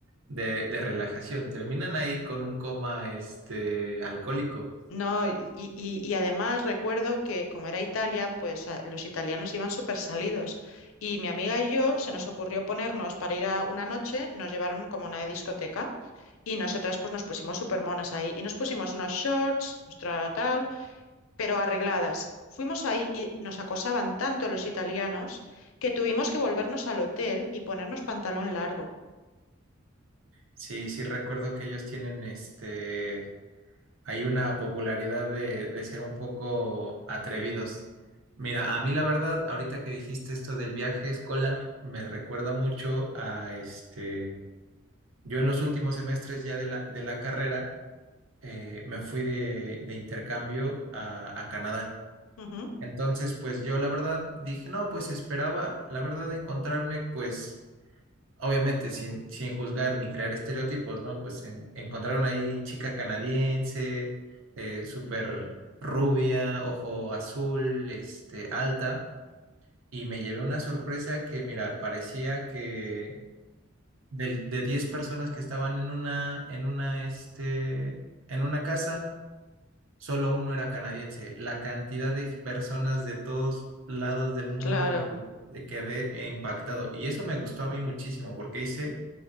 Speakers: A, on the right; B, on the left.
A: de, de relajación. Terminan ahí con un coma este alcohólico.
B: No, y, y- y además recuerdo que como era Italia, pues a- los italianos iban súper salidos. Y mi amiga y yo se nos ocurrió ponernos para ir a una noche, nos llevaron como a una discoteca y nosotras pues nos pusimos súper monas ahí y nos pusimos unos shorts, nuestra tal, pero arregladas. Fuimos ahí y nos acosaban tanto los italianos que tuvimos que volvernos al hotel y ponernos pantalón largo.
A: Sí, sí recuerdo que ellos tienen este hay una popularidad de, de ser un poco atrevidos. Mira, a mí la verdad, ahorita que dijiste esto del viaje escolar, me recuerda mucho a este. Yo en los últimos semestres ya de la, de la carrera eh, me fui de, de intercambio a, a Canadá.
B: Ujú.
A: Entonces, pues yo la verdad dije, no, pues esperaba, la verdad, encontrarme, pues, obviamente sin, sin juzgar ni crear estereotipos, ¿no? Pues en- encontraron ahí chica canadiense, eh, súper rubia, ojo azul, este, alta, y me llevé una sorpresa que, mira, parecía que del- de 10 personas que estaban en una, en una, este, en una casa, solo uno era canadiense. La cantidad de personas de todos lados del mundo
B: Claro.
A: me que- quedé impactado. Y eso me gustó a mí muchísimo porque hice